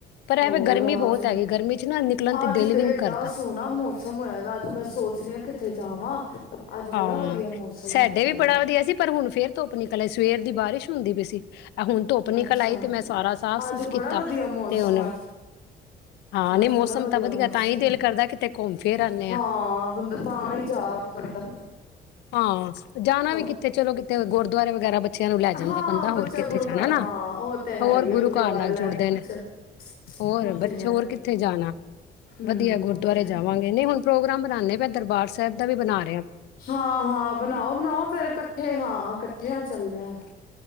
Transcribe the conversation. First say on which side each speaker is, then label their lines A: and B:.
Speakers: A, on the left; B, on the left.
A: ਪਰ ਐਵੇਂ
B: ਹੋਰ
A: ਗਰਮੀ
B: ਅੱਜ,
A: ਬਹੁਤ ਹੈਗੀ ਗਰਮੀ 'ਚ ਨਾ ਨਿਕਲਣ
B: ਅੱਜ
A: ਦਿਲ
B: ਤੇ
A: ਵੀ ਨੀ
B: ਏਡਾ
A: ਕਰਦਾ
B: ਸੋਹਨਾ ਮੌਸਮ ਹੋਇਆ ਏ ਗਾ ਅੱਜ ਮੈਂ ਸੋਚ ਰਹੀ ਹ ਕਿੱਥੇ ਜਾਵਾਂ। ਅੱਜ
A: ਹਾਂ,
B: ਬੜਾ ਵਧੀਆ ਮੌਸਮ
A: ਸਾਡੇ
B: ਹੋਇਆ ਦਾ
A: ਵੀ
B: ਵੇ
A: ਬੜਾ ਵਧੀਆ ਸੀ ਪਰ ਹੁਣ ਫੇਰ ਧੁੱਪ ਨਿਕਲ ਆਈ ਸਵੇਰ ਦੀ ਬਾਰਿਸ਼ ਹੁੰਦੀ ਪਈ ਸੀ। ਆ ਹੁਣ ਧੁੱਪ ਨਿਕਲ
B: ਅੱਛਾ
A: ਆਈ ਤੇ ਮੈਂ ਸਾਰਾ ਸਾਫ਼ ਸੁਫ਼
B: ਅੱਜ ਬੜਾ
A: ਕੀਤਾ
B: ਵਧੀਆ
A: ਤੇ
B: ਮੌਸਮ
A: ਹੁਣ
B: ਅੱਜ,
A: ਹਾਂ ਨਹੀਂ
B: ਅੱਜ
A: ਮੌਸਮ
B: ਬੜਾ ਵਧੀਆ
A: ਤਾਂ
B: ਮੌਸਮ
A: ਤਾਂ ਹੀ
B: ਹੋਇਆ
A: ਦਿਲ
B: ਦਾ,
A: ਕਰਦਾ ਕਿਤੇ ਘੁੰਮ ਫਿਰ ਆਨੇ
B: ਹਾਂ,
A: ਆ।
B: ਬੰਦਾ ਤਾਂ ਹੀ ਜਾ ਕਰਦਾ
A: ਹਾਂ, ਜਾਣਾ
B: ਹੋ
A: ਵੀ ਕਿੱਥੇ, ਚਲੋ ਕਿਥੇ ਗੁਰਦੁਆਰੇ ਵਗੈਰਾ ਬੱਚੇ - ਬੱਚਿਆਂ ਨੂੰ ਲੈ
B: ਹਾਂ
A: ਜਾਂਦਾ ਬੰਦਾ ਹੋਰ
B: ਬੱਚਾ
A: ਕਿੱਥੇ
B: ਗੁਰੂ
A: ਜਾਣਾ,
B: ਘਰ
A: ਹੇ ਨਾ?
B: ਹਾਂ ਉਹ ਤੇ ਹੈ
A: ਹੋਰ
B: ਹੀ ਹੈ
A: ਗੁਰੂ
B: ਗੁਰਦੁਆਰੇ
A: ਘਰ ਨਾਲ
B: ਲੈ
A: ਜੁੜਦੇ
B: ਜਾਓ ਬੱਚਾ
A: ਨੇ, ਹੋਰ,
B: ਉਹ ਤੇ
A: ਬੱਚੇ
B: ਹੈ
A: ਹੋਰ ਕਿੱਥੇ ਜਾਣਾ?
B: ਹਮ
A: ਵਧੀਆ ਗੁਰਦੁਆਰੇ
B: ਉਹ ਤੇ ਹੈ
A: ਜਾਵਾਂਗੇ,
B: ਹੀ
A: ਨਹੀਂ ਹੁਣ ਪ੍ਰੋਗਰਾਮ ਬਣਾਉਂਦੇ ਪਏ, ਦਰਬਾਰ ਸਾਹਿਬ ਦਾ ਵੀ ਬਣਾਉਣ
B: ਹਾਂ ਹਾਂ ਬਣਾਓ ਬਣਾਓ ਫੇਰ ਇਕੱਠੇ। ਹਾਂ, ਇਕੱਠਿਆਂ ਚੱਲਦੇ ਆਂ।